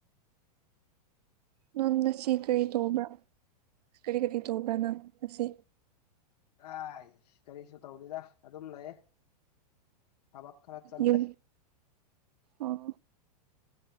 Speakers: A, on the right; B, on the left.
A: ꯅꯪ ꯉꯁꯤ ꯀꯔꯤ ꯇꯧꯕ꯭ꯔꯥ ꯀꯔꯤ ꯀꯔꯤ ꯇꯧꯕ꯭ꯔꯥ ꯅꯪ ꯉꯁꯤ
B: ꯇꯥꯏ ꯀꯔꯤꯁꯨ ꯇꯧꯔꯤꯗ ꯑꯗꯨꯝ ꯂꯩꯌꯦ ꯍꯥꯕ ꯈꯔ ꯆꯜꯂꯏ
A: ꯌꯨꯝ ꯑꯣ